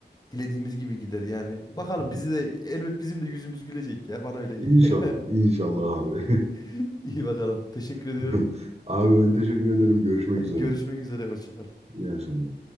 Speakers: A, on the left; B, on the right.
A: Dilediğimiz gibi gider yani. Bakalım
B: <laughs>
A: bizi de elbet bizim de yüzümüz gülecek ya. Bana öyle
B: İnşallah
A: geliyor.
B: inşallah abi.
A: <laughs> İyi bakalım. Teşekkür ediyorum.
B: <laughs> Abi ben teşekkür ederim. Görüşmek
A: Hadi
B: üzere.
A: görüşmek üzere. Hoşça kal.
B: İyi akşamlar.